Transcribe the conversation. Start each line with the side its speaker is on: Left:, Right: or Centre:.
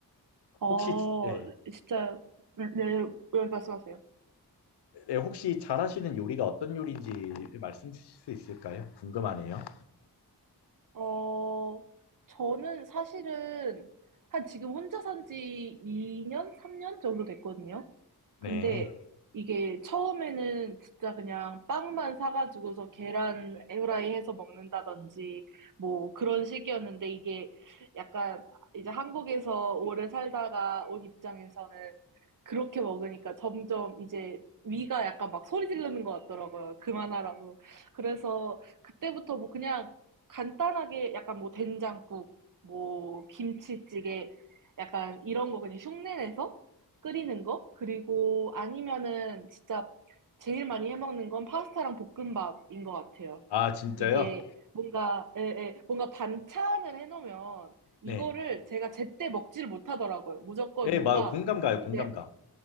Right: 어,
Left: 혹시, 예,
Right: 진짜, 네, 네, 네, 말씀하세요.
Left: 예, 혹시 잘하시는 요리가 어떤 요리인지 말씀 주실 수 있을까요? 궁금하네요.
Right: 어, 저는 사실은 한 지금 혼자 산지 2년, 3년 정도 됐거든요.
Left: 네.
Right: 근데 이게 처음에는 진짜 그냥 빵만 사가지고서 계란 후라이 해서 먹는다든지 뭐 그런 식이었는데 이게 약간 이제 한국에서 오래 살다가 온 입장에서는 그렇게 먹으니까 점점 이제 위가 약간 막 소리 지르는 것 같더라고요. 그만하라고. 그래서 그때부터 뭐 그냥 간단하게 약간 뭐 된장국, 뭐 김치찌개 약간 이런 거 그냥 흉내내서 끓이는 거? 그리고 아니면은 진짜 제일 많이 해먹는 건 파스타랑 볶음밥인 것 같아요.
Left: 아, 진짜요?
Right: 이게 뭔가, 예, 예, 뭔가 반찬을 해놓으면 이거를
Left: 네.
Right: 제가 제때 먹지를 못하더라고요. 무조건
Left: 예,
Right: 뭔가
Left: 막 공감 가요,
Right: 이제
Left: 공감 가.